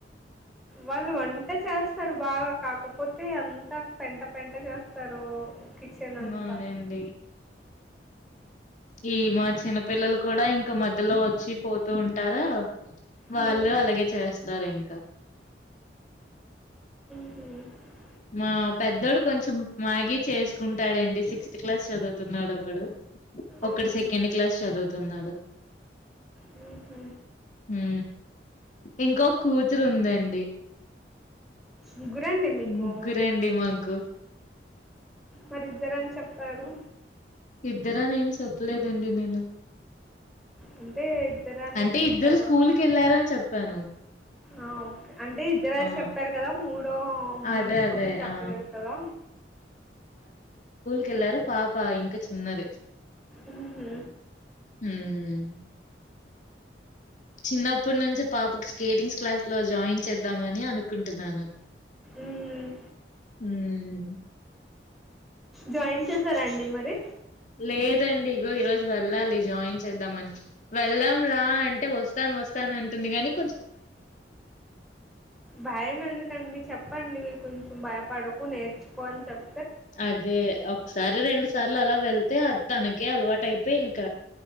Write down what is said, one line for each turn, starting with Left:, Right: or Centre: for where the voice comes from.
Centre: వాళ్ళు వంట చేస్తారు బాగా కాకపోతే అంతా పెంట పెంట చేస్తారు కిచెన్ అంతా.
Left: వునండి ఈ మా చిన్నపిల్లలు కూడా ఇంకా మధ్యలో వచ్చి పోతూ ఉంటారా
Centre: హ్మ్.
Left: వాళ్ళు అలాగే చేస్తారు ఇంకా
Centre: హ్మ్
Left: మా పెద్దడు కొంచెం మ్యాగీ చేసుకుంటాడండి సిక్స్త్ క్లాస్ చదువుతున్నాడు ఒకడు ఒకడు
Centre: ఆహా!
Left: సెకండ్ క్లాస్ చదువుతున్నాడు
Centre: హుహు.
Left: హు ఇంకో కూతురు ఉంది అండి
Centre: ముగ్గురండి మీకు?
Left: ముగ్గురండి మాకు
Centre: మరి ఇద్దరని చెప్పారు.
Left: ఇద్దరని ఏం చెప్పలేదండి. నేను
Centre: అంటే ఇద్దరని
Left: అంటే
Centre: చెప్పారా?
Left: ఇద్దరు స్కూల్కి ఎళ్లారని చెప్పాను.
Centre: ఆహ్ ఓకే అంటే ఇద్దరు
Left: ఆ
Centre: చెప్పారు కదా. మూడో
Left: అదే
Centre: మనిషి
Left: అదే
Centre: కోసం చెప్పలేదు
Left: ఆ
Centre: కదా.
Left: కెళ్లారు పాప ఇంక చిన్నదే.
Centre: ఉహ్ హు
Left: హ్మ్ చిన్నప్పుడు నుంచే పాపకి స్కేటింగ్స్ క్లాస్ లో జాయిన్ చేద్దమని అనుకుంటున్నాను.
Centre: ఉమ్
Left: ఉహ్మ్
Centre: జాయిన్ చేసార అండి. మరి
Left: లేదండి ఇగో ఈ రోజు వెళ్ళాలి. జాయిన్ చేద్దామని వెళ్దాం రా అంటే వస్తాన్ వస్తాను అంటుంది కాని.
Centre: భయం ఎందుకండి చెప్పండి మీర్ కొంచెం భయపడకు నేర్చుకో అని చెప్
Left: అదే ఒకసారి రెండు సార్ల అలా వెల్ తే తనకే అలవాటు అయితే ఇంక